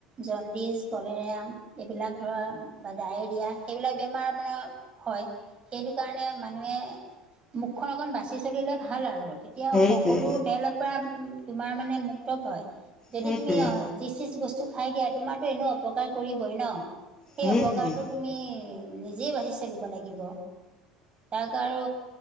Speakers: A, on the right (about 35°); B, on the left (about 20°).
A: জণ্ডিছ কলেৰিয়া এইবিলাক ধৰা বা ডায়েৰিয়া সেইবিলাক বেমাৰ মানে হয় সেইটো কাৰণে মানুহে মুখখন অকন বাচি চলিলে ভাল আৰু। তেতিয়া
B: সেইটোৱে
A: সকলো ফালৰ পৰা তোমাৰ মানে মুক্ত পায়। যদি
B: সেইটোৱে
A: তুমি যি চি বস্তু খাই দিয়া তোমাৰতো এনেও অপকাৰ কৰিবই ন। সেই
B: সেইটোৱে
A: অপকাৰটো তুমি নিজেই বাচি চলিব লাগিব। তাক আৰু